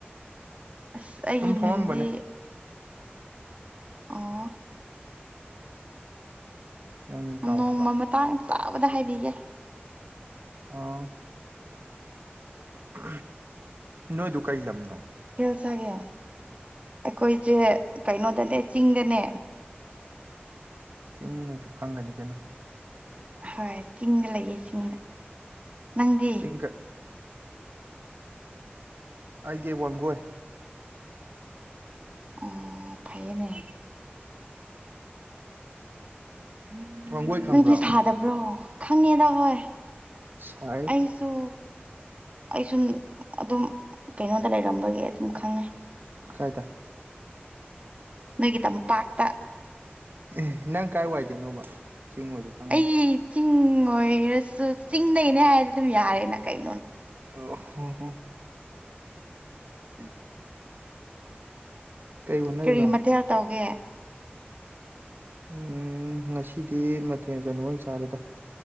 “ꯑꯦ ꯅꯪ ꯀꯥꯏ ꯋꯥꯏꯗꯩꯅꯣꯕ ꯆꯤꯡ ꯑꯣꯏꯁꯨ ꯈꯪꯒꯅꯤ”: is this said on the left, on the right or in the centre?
Right